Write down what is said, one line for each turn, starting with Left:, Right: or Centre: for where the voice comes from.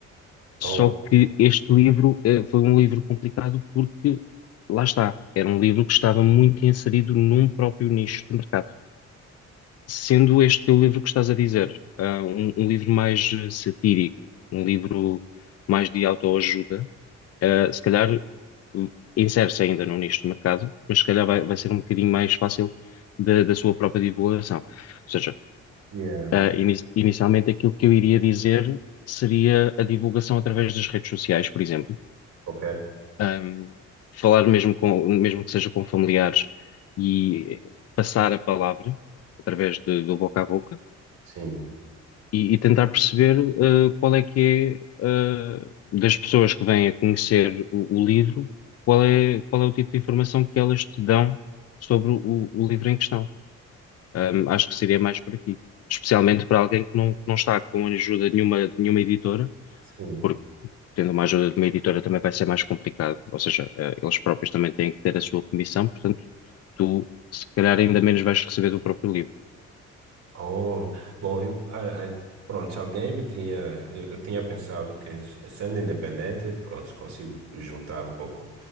Right: Oh,
Left: Só que este livro, eh, foi um livro complicado porque, lá está, era um livro que estava muito inserido num próprio nicho de mercado. Sendo este teu livro que estás a dizer, ah, um, um livro mais eh, satírico, um livro mais de autoajuda, ah, se calhar uh, insere-se ainda no nicho de mercado, mas se calhar vai, vai ser um bocadinho mais fácil da, da sua própria divulgação. Ou seja,
Right: yeah.
Left: ah, ini- inicialmente aquilo que eu iria dizer seria a divulgação através das redes sociais, por exemplo.
Right: Ok,
Left: Ahm, Falar mesmo com, mesmo que seja com familiares e passar a palavra através de- do boca a boca.
Right: sim,
Left: e, e tentar perceber eh, qual é que é, eh, das pessoas que vêm a conhecer o, o livro, qual é, qual é o tipo de informação que elas te dão sobre o, o livro em questão. Ahm,
Right: ok,
Left: acho que seria mais por aqui. Especialmente para alguém que não, que não está com ajuda de nenhuma, de nenhuma editora,
Right: sim.
Left: porque tendo uma ajuda de uma editora também vai ser mais complicado. Ou seja, eh, eles próprios também têm que ter a sua comissão, portanto, tu se calhar ainda menos vais receber do próprio livro.
Right: Oh, bom, eu, a- a- pronto, se alguém me tinha, eu, eu tinha pensado que s- sendo independente, pronto, consigo juntar um pouco,